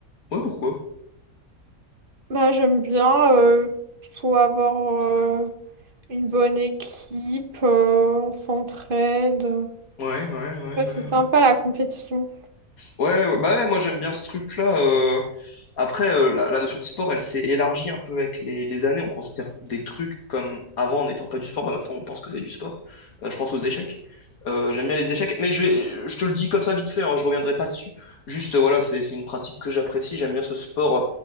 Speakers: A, on the left; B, on the right.
A: Ouais, pourquoi?
B: Bah, j'aime bien, euh, faut avoir euh, une bonne équipe, euh, on s'entraide.
A: Ouais, ouais, ouais,
B: Ouais,
A: ouais,
B: c'est sympa
A: ouais.
B: la compétition.
A: Ouais, ouais, bah ouais, moi j'aime bien ce truc-là. euh, Après, euh, la, la notion de sport, elle s'est élargie un peu avec les, les années. On considère des trucs comme avant n'étant pas du sport. Bah, maintenant, on pense que c'est du sport. Euh, je pense aux échecs. Euh, j'aime bien les échecs, mais je vais, je te le dis comme ça vite fait, hein, je reviendrai pas dessus. Juste, euh, voilà, c'est, c'est une pratique que j'apprécie. J'aime bien ce sport euh,